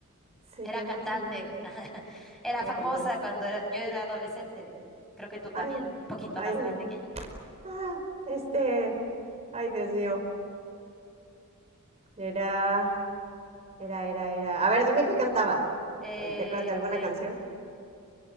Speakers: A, on the right (about 30°); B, in the centre.
A: Se
B: Era
A: llama,
B: cantante,
A: se llama.
B: <laughs> era
A: Era
B: famosa
A: cantante.
B: cuando era, yo era adolescente, creo que tú también,
A: Ay,
B: un poquito
A: ay.
B: más grande que yo.
A: Ah, este. Ay, Dios mío. Era, era, era, era. A ver, dime qué cantaba.
B: Eh,
A: Al- ¿Te acuerdas de alguna canción?